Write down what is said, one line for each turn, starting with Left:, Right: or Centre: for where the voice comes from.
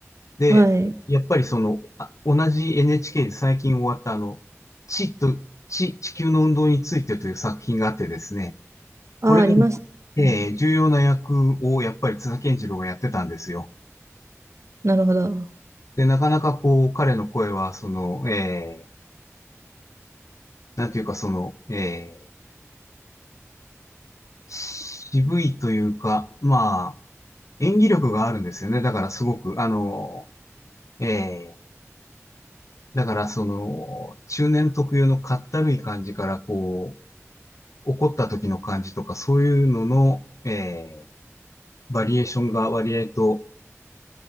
Left: で、
Right: はい。
Left: やっぱりその、あ、同じ NHK で最近終わったあの、地と、地、地球の運動についてという作品があってですね、
Right: あ、
Left: これが、
Right: ありますね。
Left: えー重要な役をやっぱり津田健次郎がやってたんですよ。
Right: なるほど。
Left: で、なかなかこう、彼の声は、その、えーなんていうかその、えー渋いというか、まあ、演技力があるんですよね。だからすごく、あの、えーだからその、中年特有のかったるい感じから、こう、怒った時の感じとか、そういうのの、えー、バリエーションが割合と、